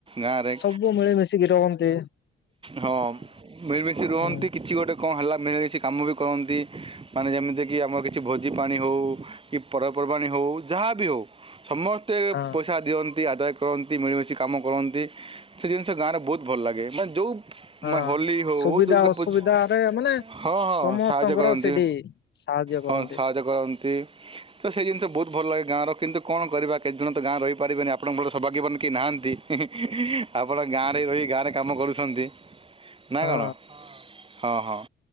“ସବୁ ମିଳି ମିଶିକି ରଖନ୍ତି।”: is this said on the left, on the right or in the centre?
Left